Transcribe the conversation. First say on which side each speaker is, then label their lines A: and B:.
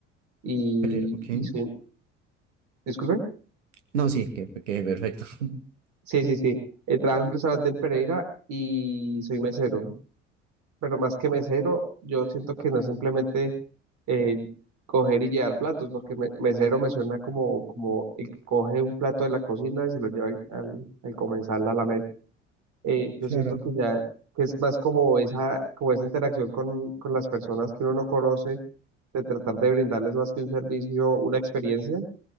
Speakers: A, on the right; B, on the right.
A: y,
B: Pero, ok,
A: y soy, disculpe,
B: no, sí, que, que perfecto. <laughs>
A: sí, sí, sí, eh, trabajo en un restaurante en Pereira y soy mesero, pero más que mesero, yo siento que no es simplemente eh, coger y llevar platos, porque me- mesero me suena como, como el que coge un plato de la cocina y se lo lleva al, al, al comensal a la mesa. Eh, yo
B: Claro,
A: siento que ya, que es más como esa, como esa interacción con, con las personas que uno no conoce de tratar de brindarles más que un servicio, una experiencia.